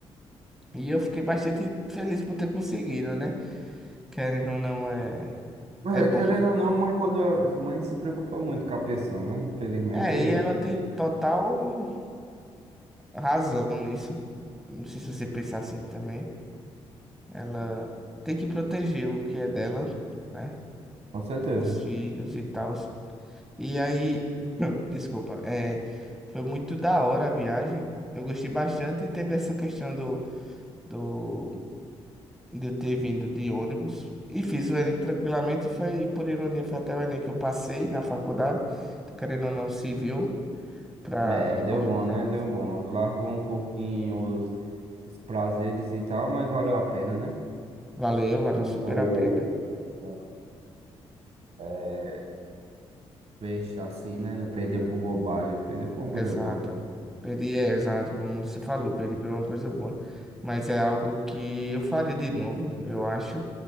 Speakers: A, in the centre; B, on the right.
A: E eu fiquei bastante feliz por ter conseguido, né? Querendo ou não, é,
B: É,
A: é bom
B: querendo
A: quando.
B: ou não, mãe, quando a mãe se preocupa muito com a pessoa, né? Infelizmente,
A: É, e ela tem total razão nisso. Não sei se você pensar assim também. Ela tem que proteger o que é dela, né?
B: com certeza.
A: Os filhos e tal. E aí, <clears throat> desculpa, é, foi muito da hora a viagem. Eu gostei bastante e teve essa questão do, do, de eu ter vindo de ônibus. E fiz o Enem tranquilamente. Foi, por ironia, foi até o Enem que eu passei na faculdade. Tô querendo ou não, civil. para
B: É, deu
A: pra,
B: bom,
A: pra
B: né?
A: uma...
B: Deu bom. Largou um pouquinho os, os prazeres e tal, mas valeu a pena, né?
A: Valeu, valeu
B: Não
A: super
B: foi.
A: a pena.
B: não, é, Peixe assim, né? Não perdeu por bobagem, perdeu por uma coisa
A: Exato.
B: boa.
A: Perdi, é exato, como você falou, perdi por uma coisa boa. Mas é algo que eu faria de novo, eu acho.